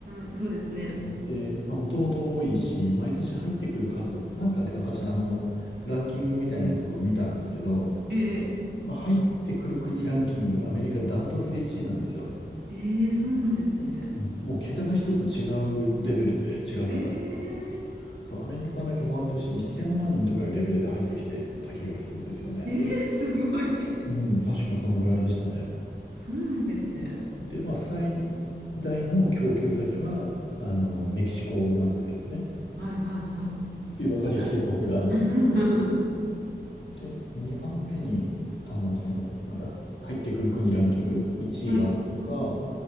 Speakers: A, on the right; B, on the left.
A: ん、そうですね。
B: で、まあ、もともと多いし、毎年入ってくる数とか、なんかで私、あの、ランキングみたいなやつを見たんですけど、
A: ええ
B: まあ、入ってくる国ランキング、アメリカダントツで1位なんですよ。
A: ええそうなんですね。
B: うんもう桁が一つ違うレベルで違かったんですよ。
A: あ、ええ
B: そう、アメリカだけ毎年1000万人とかいうレベルで入ってきてた気がするんですよね。
A: ええすごい。
B: うん、確かそのぐらいでしたね。
A: あそうなんですね。
B: で、まあ、最大の供給先は、あの、メキシコなんですけどね。
A: はいはいはい。
B: っていう分かりやすい構成があるんですけど、
A: <laughs>
B: で、2番目に、あの、その、なんだ、入ってくる国ランキング、1位がアメリカ、
A: はい。